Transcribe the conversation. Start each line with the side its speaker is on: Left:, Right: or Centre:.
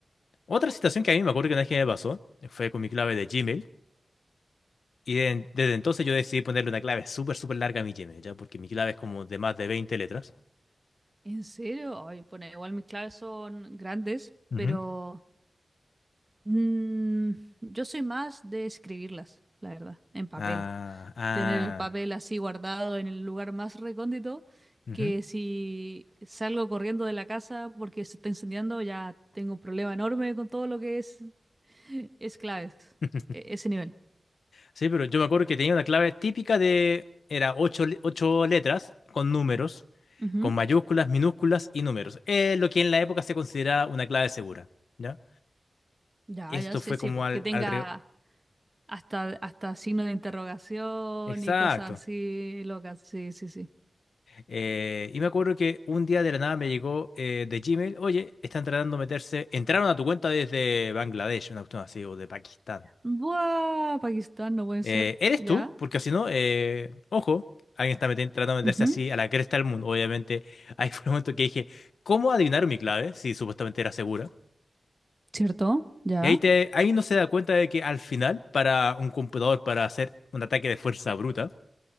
Left: otra situación que a mí me acuerdo que una vez que me pasó, fue con mi clave de Gmail. Y de- desde entonces yo decidí ponerle una clave súper, súper larga a mi Gmail, ¿ya? Porque mi clave es como de más de veinte letras.
Right: ¿En serio? Ay, bueno, igual mis claves son grandes,
Left: Ujú.
Right: pero mm, yo soy más de escribirlas, la verdad, en papel.
Left: Ah, ah,
Right: Tener el papel así guardado en el lugar más recóndito,
Left: ujú.
Right: que si salgo corriendo de la casa porque se está incendiando, ya tengo un problema enorme con todo lo que es, es claves,
Left: <laughs>
Right: e- ese nivel.
Left: Sí, pero yo me acuerdo que tenía una clave típica de, era ocho, le- ocho letras con números,
Right: Ujú.
Left: con mayúsculas, minúsculas y números. Eh, lo que en la época se consideraba una clave segura, ¿ya?
Right: Ya,
Left: Esto
Right: ya, sí,
Left: fue
Right: sí,
Left: como
Right: po,
Left: al,
Right: que tenga
Left: alrededor...
Right: hasta, hasta signo de interrogación
Left: Exacto.
Right: y cosas así locas, sí, sí, sí.
Left: Eh, y me acuerdo que un día de la nada me llegó eh, de Gmail, oye, están tratando de meterse, entraron a tu cuenta desde Bangladesh, una cuestión así, o de Pakistán.
Right: Buah, Pakistán, no puede
Left: Eh,
Right: ser.
Left: ¿eres
Right: ya
Left: tú? Porque si no, eh, ojo, alguien está meten- tratando de meterse
Right: Ujú,
Left: así a la cresta del mundo. Obviamente, <laughs> ahí fue el momento que dije, ¿cómo adivinar mi clave? Si supuestamente era segura.
Right: ¿Cierto? ya
Left: Y ahí, te, ahí no se da cuenta de que al final, para un computador, para hacer un ataque de fuerza bruta,